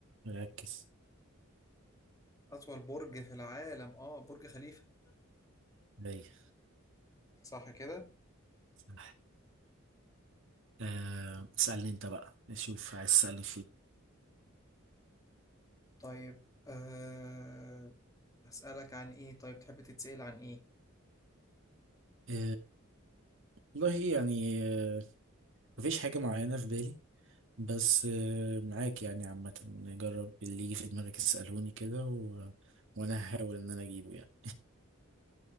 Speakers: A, on the right; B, on the left.
A: ركز
B: أطول برج في العالم آه برج خليفة
A: أيوة
B: صح كده
A: صح أه، اسألني أنت بقى نشوف عايز تسألني
B: طيب آه هسألك عن إيه طيب تحب تتسأل عن إيه
A: فيه والله يعني آه، مفيش حاجة معينة في بالي بس آه، معاك يعني عامة نجرب اللي يجي في دماغك اسألوني كده و... وأنا هحاول إن أنا أجيبه يعني